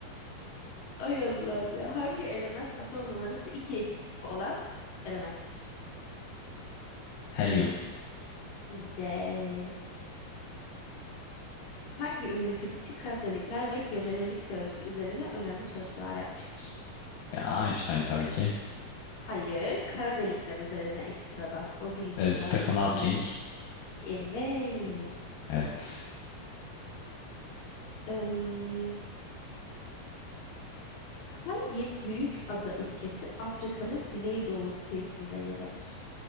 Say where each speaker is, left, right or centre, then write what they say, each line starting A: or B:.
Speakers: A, on the left; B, on the left.
A: Ay Allah'ım ya. Hangi element atom numarası 2 olan elementtir?
B: Helyum.
A: Yes. Hangi ünlü fizikçi kara delikler ve görelilik teorisi üzerine önemli çalışmalar yapmıştır?
B: Ya Einstein tabii ki.
A: Hayır, kara delikler üzerine ekstradan. O bilgi
B: Ee,
A: zaten
B: Stephen Hawking.
A: önemli. Evet.
B: Evet.
A: Im, hangi büyük ada ülkesi Afrika'nın güneydoğu kıyısında yer alır?